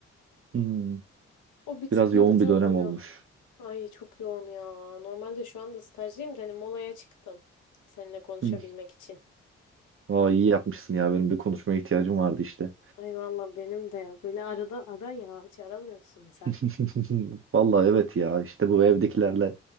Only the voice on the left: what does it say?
O bir tık
yorucu
oluyor.
Ay çok yoğun ya. Normalde şu anda stajdayım da hani molaya çıktım. Seninle konuşabilmek
için.
Ay valla benim de ya. Böyle arada ara ya. Hiç aramıyorsun sen.